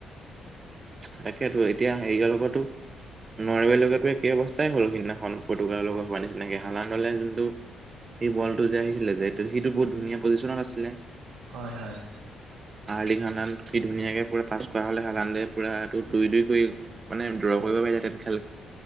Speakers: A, on the right; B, on the right.
A: তাকেতো এতিয়া হেৰিৱ লগতো নোৱাৰেল লগাতো একেই অৱস্থাই হ'ল, সিদিনাখন পতুৰ্গাল লগত হোৱা নিচিনাকে হালানলে যোনটো সেই বলটো যে আহিছিলে যে সেইটো বহুত ধুনীয়া পজিশ্যনত আছিলে।
B: হয়, হয়।
A: হাৰ্লিক হানান সি ধুনীয়াকে পুৰা পাছ কৰা হ'লে হালান্দু পুৰা দুই-দুই কৰি মানে ড্ৰ
B: হয়,
A: কৰিব পাৰি <unintelligible> খেল